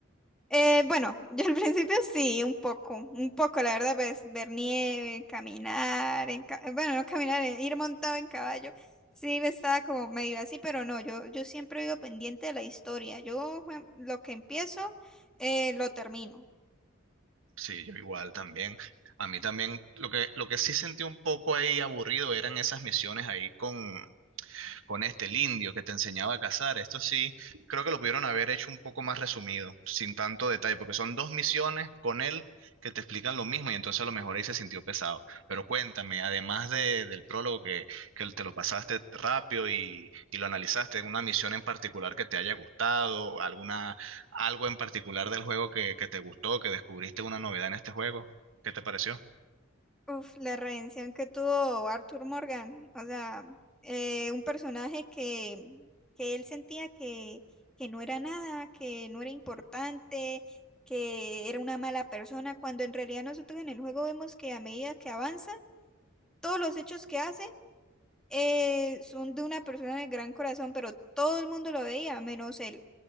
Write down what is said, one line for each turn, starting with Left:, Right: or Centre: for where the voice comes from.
Centre: Eh, bueno, <laughs> yo al principio sí, un poco, un poco, la verdad, pues ver nieve, caminar, en ca- bueno, no caminar, eh, ir montado en caballo. Sí, me estaba como medio así, pero no, yo, yo siempre vivo pendiente de la historia. Yo jue- lo que empiezo, eh, lo termino.
Right: Sí, yo igual también. A mí también, lo que, lo que sí sentí un poco ahí aburrido eran esas misiones ahí con, con este, el indio que te enseñaba a cazar. Esto sí, creo que lo pudieron haber hecho un poco más resumido, sin tanto detalle, porque son dos misiones con él que te explican lo mismo y entonces a lo mejor ahí se sintió pesado. Pero cuéntame, además de- del prólogo que, que te lo pasaste rápido y, y lo analizaste, una misión en particular que te haya gustado, alguna, algo en particular del juego que, que te gustó, que descubriste una novedad en este juego, ¿qué te pareció?
Centre: Uf, la redención que tuvo Arthur Morgan, o sea, eh, un personaje que, que él sentía que, que no era nada, que no era importante, que era una mala persona, cuando en realidad nosotros en el juego vemos que a medida que avanza, todos los hechos que hace eh, son de una persona de gran corazón, pero todo el mundo lo veía, menos él.